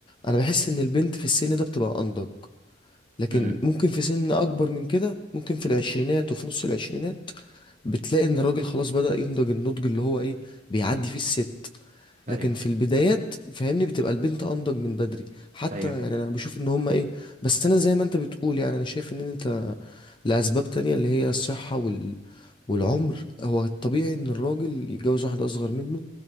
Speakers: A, on the left; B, on the right.
A: انا بحس ان البنت في السن ده بتبقى انضج لكن
B: امم
A: ممكن في سن اكبر من كده ممكن في العشرينات وفي نص العشرينات بتلاقي ان الراجل خلاص بدأ ينضج النضج اللي هو ايه بيعدي فيه الست
B: ايوه
A: لكن في البدايات فاهمني بتبقى البنت انضج من بدري حتى
B: ايوه
A: يعني انا بشوف ان هما ايه بس انا زي ما انت بتقول يعني انا شايف ان انت لاسباب تانية اللي هي الصحة وال... والعمر هو الطبيعي ان الراجل يتجوز واحدة اصغر منه